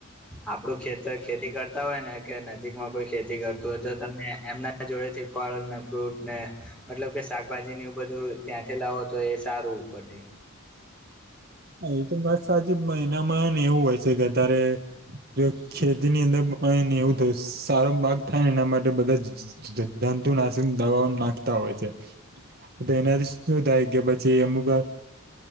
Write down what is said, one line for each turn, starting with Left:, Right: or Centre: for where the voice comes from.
Centre: આપડું ખેતર ખેતી કરતા હોય ને કે નજીકમાં કોઈ ખેતી કરતું હોય તો તમે એમના જોડેથી ફળ ને ફ્રૂટ ને મતલબ કે શાકભાજી ને એવું બધું ત્યાંથી લાવો તો એ સારું <unintelligible>
Right: એ તો વાત સાચી પણ એનામાં ને એવું હોય છે કે અતારે જો ખેતીની અંદર <unintelligible> એવું થય સારો પાકે થાય ને એના માટે બધા જંતુનાશક દવાઓ નાખતા હોય છે. તો એનાથી શું થાય કે પછી અમુક